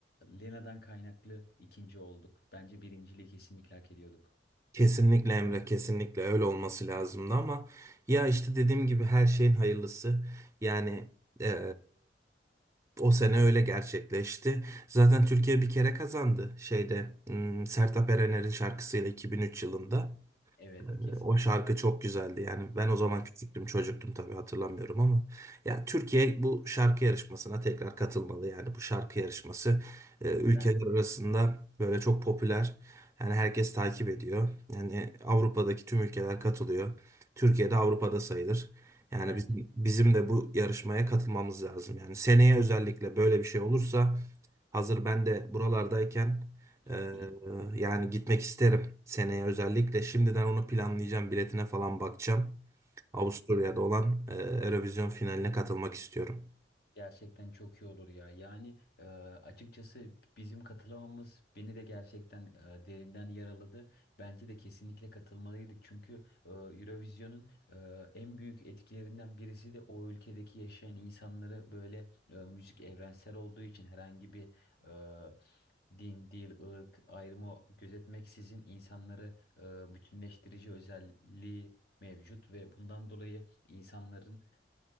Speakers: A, on the left; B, on the right.
A: Lena'dan kaynaklı ikinci olduk. Bence birinciliği kesinlikle hak ediyorduk.
B: Kesinlikle Emre, kesinlikle öyle olması lazımdı ama ya işte dediğim gibi her şeyin hayırlısı. Yani eee,
A: Kesinlikle.
B: o sene öyle gerçekleşti. Zaten Türkiye bir kere kazandı şeyde hmm, Sertab Erener'in şarkısıyla 2003 yılında.
A: Evet kesinlikle.
B: O şarkı çok güzeldi. Yani ben o zaman küçüktüm, çocuktum tabii hatırlamıyorum ama ya Türkiye bu şarkı yarışmasına tekrar katılmalı. Yani bu şarkı yarışması e, ülkeler
A: Ben
B: arasında böyle çok popüler. Yani herkes takip ediyor. Yani Avrupa'daki tüm ülkeler katılıyor. Türkiye de Avrupa'da sayılır. Yani
A: bence.
B: bizim, bizim de bu yarışmaya katılmamız lazım. Yani seneye özellikle böyle bir şey olursa hazır ben de buralardayken
A: <laughs>
B: ee, yani gitmek isterim seneye özellikle. Şimdiden onu planlayacağım. Biletine falan bakacağım. Avusturya'da olan e, Eurovision finaline katılmak istiyorum.
A: Gerçekten çok iyi olur ya. Yani e, açıkçası bizim katılamamız beni de gerçekten e, derinden yaraladı. Bence de kesinlikle katılmalıydık. Çünkü e, Eurovision'un e, en büyük etkilerinden birisi de o ülkedeki yaşayan insanları böyle e, müzik evrensel olduğu için herhangi bir e, din, dil, ırk ayrımı gözetmeksizin insanları e, bütünleştirici özelliği mevcut ve bundan dolayı insanların